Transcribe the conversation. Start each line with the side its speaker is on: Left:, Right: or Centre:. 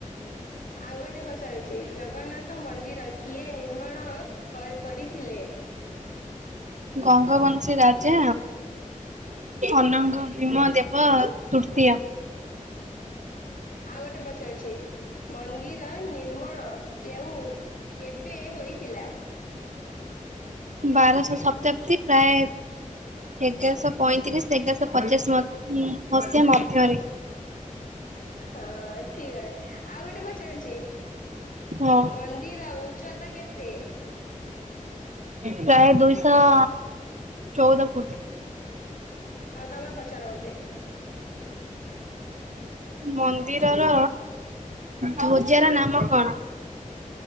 Left: ଆଉ ଗୋଟେ ପଚାରୁଛି ଜଗନ୍ନାଥ ମନ୍ଦିର କିଏ ନିର୍ମାଣ କରି କରିଥିଲେ।
Right: ଗଙ୍ଗବଂଶୀ ରାଜା ଅନଙ୍ଗ ଭୀମ ଦେବ ତୃତୀୟା
Left: ଆଉ ଗୋଟେ ପଚାରୁଛି ମନ୍ଦିର ନିର୍ମଣ କେଉଁ କେବେ ହୋଇଥିଲା?
Right: ବାରଶହ ଶପ୍ତାବ୍ଦୀ ପ୍ରାୟେ ଏଗାରଶହ ପଇଁତିରିଶ ଏଗାରଶହ ପଚାଶ ମ ମସିହା ମଧ୍ୟରେ।
Left: ହଁ ଠିକ ଅଏ ଆଉ ଗୋଟେ ପଚାରୁଛି?
Right: ହଁ
Left: ମନ୍ଦିର ଉଚ୍ଚତା କେତେ?
Right: ପ୍ରାୟେ ଦୁଇଶହ ଚୋଉଦ ଫୁଟ୍।
Left: ଆଉ ତାମେ ପଚାର ମତେ?
Right: ମନ୍ଦିରର ଧ୍ୱଜାର ନାମ କଣ?